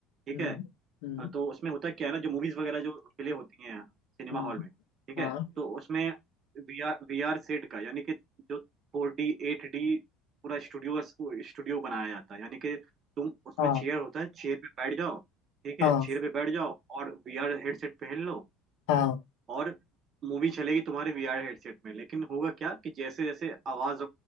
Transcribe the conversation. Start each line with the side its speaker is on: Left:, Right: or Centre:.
Right: ठीक
Left: हम्म
Right: है
Left: हम्म
Right: हाँ, तो उसमें होता क्या है ना जो मूवीज वगैरह जो प्ले होती हैं सिनेमा
Left: हम्म
Right: हॉल में ठीक
Left: हाँ
Right: है तो उसमें वी आर वी आर सेट का यानी कि जो फोर डी एट डी पूरा स्टूडियो स्टूडियो बनाया जाता है यानी कि तुम उसमें
Left: हाँ
Right: चेयर होता है चेयर पे बैठ जाओ ठीक
Left: हाँ
Right: है चेयर पे बैठ जाओ और वी आर हेडसेट पहन लो
Left: हाँ
Right: और मूवी चलेगी तुम्हारे वीआर हेडसेट में लेकिन होगा क्या कि जैसे जैसे आवाज